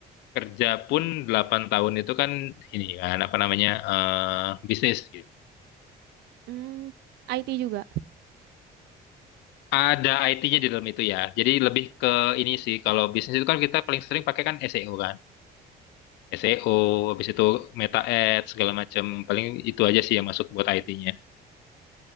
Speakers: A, on the left; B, on the right.
A: kerja pun 8 tahun itu kan ini kan apa namanya eh bisnis gitu.
B: hmm, IT juga.
A: Ada IT-nya di dalam itu ya. Jadi lebih ke ini sih kalau bisnis itu kan kita paling sering pakai kan SEO kan. SEO, habis itu Meta Ads segala macam. Paling itu aja sih yang masuk buat IT-nya.